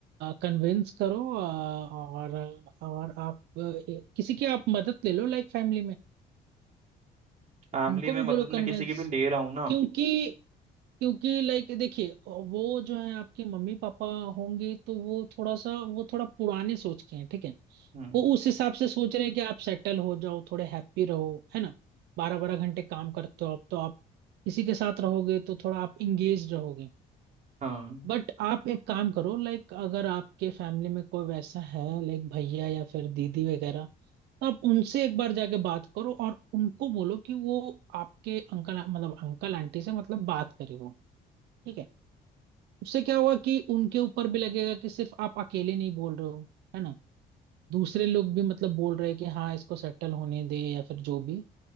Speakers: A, on the right (about 75°); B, on the right (about 45°).
A: कन्विंस करो अ, और और आप अ, किसी की आप मदद ले लो लाइक फैमिली में
B: फैमिली
A: उनको
B: में
A: भी
B: मदद
A: बोलो कन्विंस
B: में किसी की भी ले रहा हूँ ना
A: क्योंकि क्योंकि लाइक देखिए वो जो है आपके मम्मी पापा होंगे तो वो थोड़ा सा वो थोड़ा पुराने सोच के हैं ठीक है
B: हम्म
A: वो उस हिसाब से सोच रहे हैं कि आप सेटल हो जाओ थोड़े हैप्पी रहो है ना बारह बारह घंटे काम करते हो आप तो आप किसी के साथ रहोगे तो थोड़ा आप इंगेज रहोगे
B: हाँ
A: बट आप एक काम करो लाइक अगर आपके फैमिली में कोई वैसा है लाइक भैया या फिर दीदी वगैरह तो आप उनसे एक बार जाके बात करो और उनको बोलो कि वो आपके अंकल मतलब अंकल आंटी से मतलब बात करे वो ठीक है उससे क्या हुआ कि उनके ऊपर भी लगेगा कि सिर्फ आप अकेले नहीं बोल रहे हो है ना दूसरे लोग भी मतलब बोल रहे हैं कि हाँ इसको सेटल होने दे या फिर जो भी